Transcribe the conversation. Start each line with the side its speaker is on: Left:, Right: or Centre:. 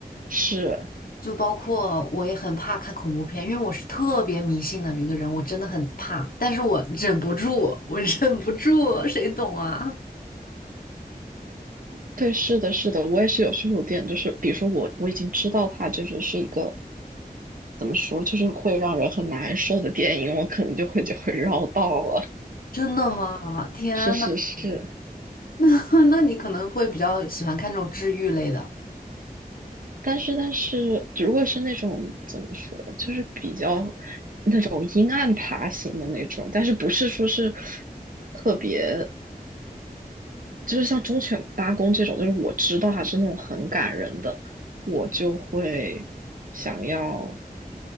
Right: 是，
Left: 就包括我也很怕看恐怖片，因为我是特别迷信的一个人，我真的很怕，但是我忍不住，我忍不住，谁懂啊？
Right: 对，是的，是的，我也是有时候有点就是，比如说我我已经知道它就是是一个怎么说，就是会让人很难受的电影，我可能就会就会绕道了。
Left: 真的吗？天呐，
Right: 是是是。
Left: <laughs> 那那你可能会比较喜欢看这种治愈类的，
Right: 但是但是如果是那种怎么说，就是比较那种阴暗爬行的那种，但是不是说是特别，就是像忠犬八公这种，就是我知道它是那种很感人的，我就会想要，